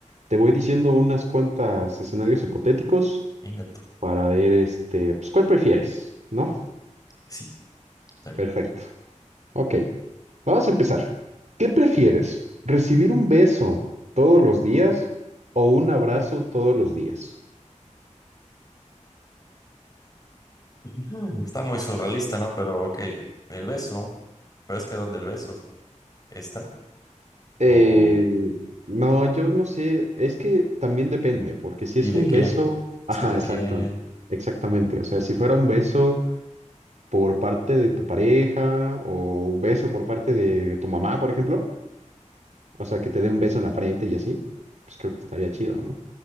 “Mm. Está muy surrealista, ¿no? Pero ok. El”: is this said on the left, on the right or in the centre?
Left